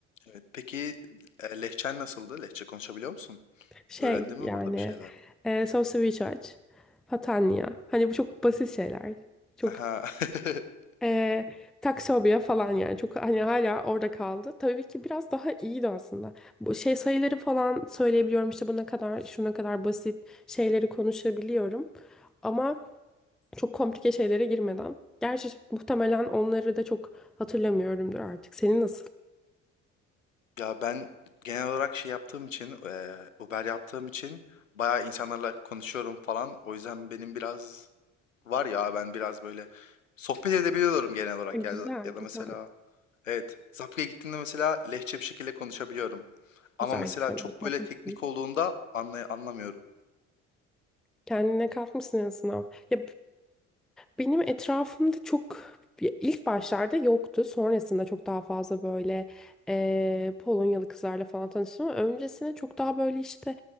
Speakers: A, on the left (about 80°); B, in the centre.
A: Evet. Peki e, Lehçen nasıldı? Lehçe konuşabiliyor musun?
B: Şey
A: Öğrendin
B: yani
A: mi burada bir şeyler?
B: e, Sosyal Research, Fatania. Hani bu çok basit şeyler. Çok
A: Aha. <laughs>
B: Ee, Taksobia falan yani çok hani hala orada kaldı. Tabii ki biraz daha iyiydi aslında. Bu şey sayıları falan söyleyebiliyorum işte bu ne kadar şuna kadar basit şeyleri konuşabiliyorum. Ama çok komplike şeylere girmeden. Gerçi muhtemelen onları da çok hatırlamıyorumdur artık. Senin nasıl?
A: Ya ben genel olarak şey yaptığım için, eee, Uber yaptığım için bayağı insanlarla konuşuyorum falan. O yüzden benim biraz var ya ben biraz böyle sohbet edebiliyorum genel olarak
B: Güzel,
A: ya da, ya
B: güzel.
A: da mesela evet Zapkı'ya gittiğimde mesela lehçe bir şekilde konuşabiliyorum.
B: Güzel
A: Ama mesela
B: kendine
A: çok
B: katmışsın.
A: böyle teknik olduğunda anlay anlamıyorum.
B: Kendine katmışsın en azından. Ya Benim etrafımda çok ilk başlarda yoktu. Sonrasında çok daha fazla böyle eee, Polonyalı kızlarla falan tanıştım. Ama öncesinde çok daha böyle işte